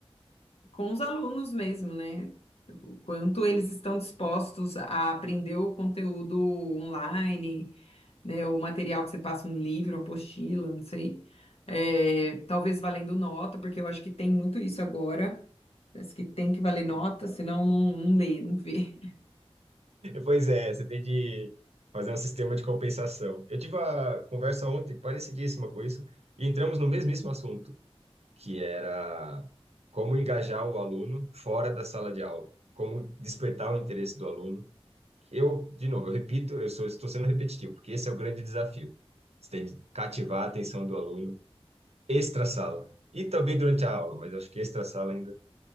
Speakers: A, on the left; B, on the right.
A: com os alunos mesmo, né? O quanto eles estão dispostos a aprender o conteúdo online, né? O material que você passa, um livro, uma apostila, não sei. É, talvez valendo nota, porque eu acho que tem muito isso agora. Parece que tem que valer nota,
B: Uhum.
A: senão não, não lê, não vê.
B: Pois é, você tem de fazer um sistema de compensação. Eu tive uma conversa ontem parecidíssima com isso, e entramos no mesmíssimo assunto, que era como engajar o aluno fora da sala de aula, como despertar o interesse do aluno. Eu, de novo, eu repito, eu sou, estou sendo repetitivo, porque esse é o grande desafio. Você tem de cativar a atenção do aluno extra-sala, e também durante a aula, mas acho que extra-sala ainda.